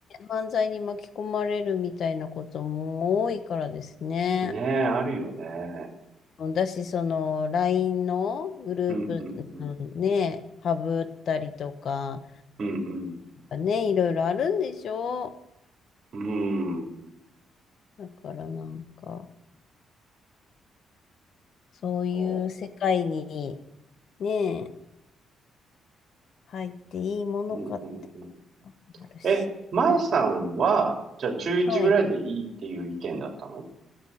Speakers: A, on the left (about 60°); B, on the right (about 55°).
A: 犯罪に巻き込まれるみたいなことも多いからですね。
B: うん。ねえ、あるよね。
A: だし、その、LINE のグループ、
B: うんうんうん
A: うんね、ハブったりとか、
B: うんうん。
A: ね、いろいろあるんでしょ
B: うん、
A: だからなんか、そういう世界に、
B: そ
A: ね、入っていいものかって、
B: う。うんうんうん。
A: あるし。
B: え、舞さんは、じゃあ中1ぐらいでいいっていう意見だったの
A: はい。